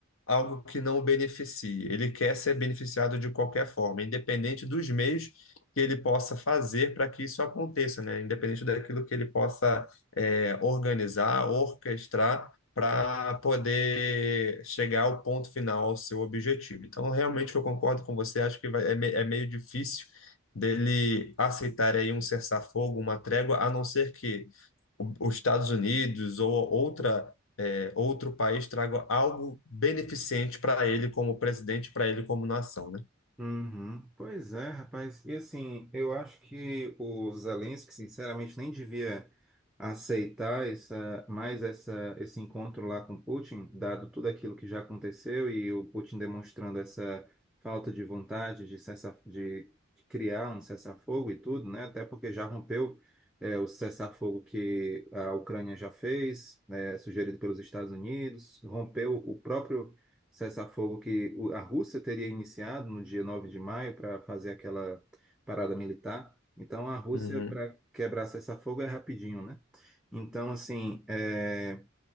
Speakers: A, on the left; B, in the centre.
A: algo que não o beneficie. Ele quer ser beneficiado de qualquer forma, independente dos meios que ele possa fazer para que isso aconteça, né? Independente daquilo que ele possa eh, organizar, orquestrar para poder chegar ao ponto final, ao seu objetivo. Então, realmente eu concordo com você, acho que vai- é, me- é meio difícil dele aceitar aí um cessar-fogo, uma trégua, a não ser que o- os Estados Unidos ou outra é, outro país traga algo beneficente para ele como presidente, para ele como nação, né?
B: Uhum. Pois é, rapaz. E assim, eu acho que o Zelensky, sinceramente, nem devia aceitar essa, mais essa, esse encontro lá com Putin, dado tudo aquilo que já aconteceu e o Putin demonstrando essa falta de vontade de, cessar, de criar um cessar-fogo e tudo, né? Até porque já rompeu, é, o cessar-fogo que a Ucrânia já fez, né, sugerido pelos Estados Unidos, rompeu o próprio cessar-fogo que o- a Rússia teria iniciado no dia 9 de maio para fazer aquela parada militar. Então, a Rússia,
A: Uhum,
B: para quebrar cessar-fogo, é rapidinho, né? Então, assim, é,